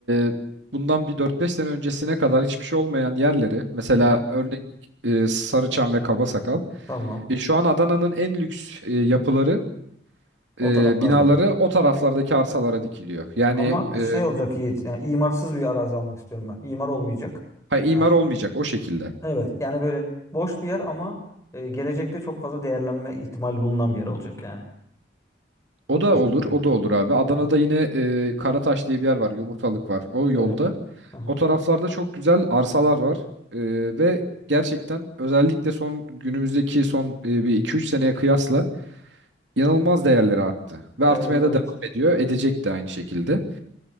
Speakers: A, on the right (about 85°); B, on the left (about 15°).
A: e, bundan bir dört beş sene öncesine kadar hiçbir şey olmayan yerleri mesela
B: Hı.
A: örnek e, Sarıçam ve Kabasakal.
B: tamam
A: E, şu an Adana'nın en lüks e, yapıları
B: o
A: e,
B: taraflarda.
A: binaları o taraflardaki arsalara dikiliyor. Yani
B: Ama
A: e,
B: şey olacak Yiğit yani imarsız bir arazi almak istiyorum ben. İmar olmayacak.
A: ha, imar
B: Ha.
A: olmayacak o şekilde.
B: Evet yani böyle boş bir yer ama e, gelecekte çok fazla değerlenme ihtimali bulunan bir yer olacak yani.
A: O da
B: O şekilde.
A: olur, o da olur abi. Adana'da
B: Hı hı.
A: yine e, Karataş diye bir yer var, Yumurtalık var. O yolda.
B: Evet. Hı hı.
A: O taraflarda çok güzel arsalar var. E, ve gerçekten özellikle son günümüzdeki son e, bir iki üç seneye kıyasla inanılmaz değerleri arttı. Ve
B: Evet
A: artmaya da
B: evet.
A: devam ediyor. Edecek de aynı şekilde.